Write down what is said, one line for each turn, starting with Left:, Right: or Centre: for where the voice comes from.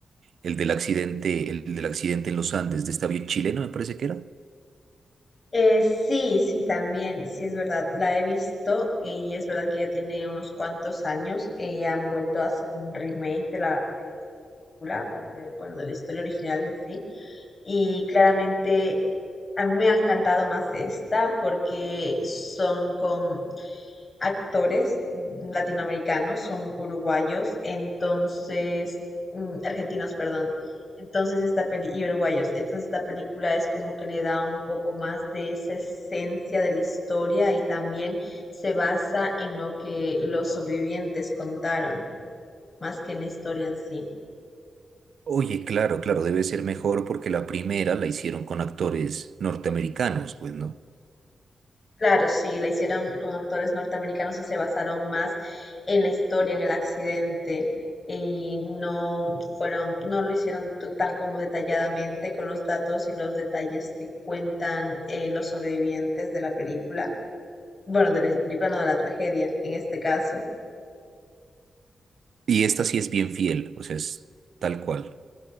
Right: el del accidente, el del accidente en los Andes de este avión chileno, me parece que era.
Left: Eh, sí, sí, también, sí es verdad, la he visto y es verdad que ya tiene unos cuantos años y han vuelto a hacer un remake de la de esta película o de, bueno, de la historia original en sí. Y claramente a mí me ha encantado más esta porque son con actores latinoamericanos, son uruguayos, entonces, mm, argentinos, perdón. Entonces esta peli y uruguayos, entonces esta película es como que le da un poco más de esa esencia de la historia y también se basa en lo que los sobrevivientes contaron, más que en la historia en sí.
Right: Oye, claro, claro, debe ser mejor porque la primera la hicieron con actores norteamericanos, pues, ¿no?
Left: Claro, sí, la hicieron con actores norteamericanos y se basaron más en la historia, en el accidente, y no fueron, no lo hicieron tu- tan como detalladamente con los datos y los detalles que cuentan eh, los sobrevivientes de la película, bueno, de la película, no de la tragedia, en este caso.
Right: Y esta sí es bien fiel, o sea, es tal cual.